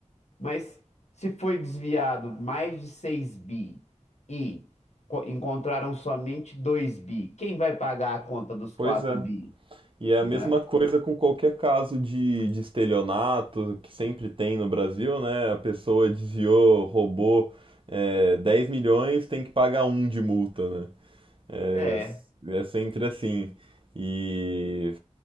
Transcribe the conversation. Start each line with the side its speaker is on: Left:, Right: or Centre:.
Left: Mas se foi desviado mais de 6 bi e co- encontraram somente 2 bi, quem vai pagar a conta dos quatro
Right: pois é.
Left: bi?
Right: E é a
Left: Né?
Right: mesma coisa com qualquer caso de, de estelionato que sempre tem no Brasil, né? A pessoa desviou, roubou é, 10 milhões, tem que pagar um de multa, né? É,
Left: É,
Right: é sempre assim. E